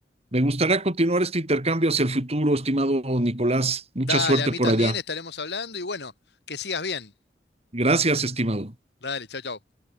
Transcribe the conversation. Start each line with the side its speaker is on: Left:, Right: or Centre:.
Right: Me gustaría continuar este intercambio hacia el futuro, estimado Nicolás. Mucha
Left: Dale,
Right: suerte
Left: a mí
Right: por
Left: también
Right: allá.
Left: estaremos hablando y bueno, que sigas bien.
Right: Gracias, estimado.
Left: Dale, chau, chau.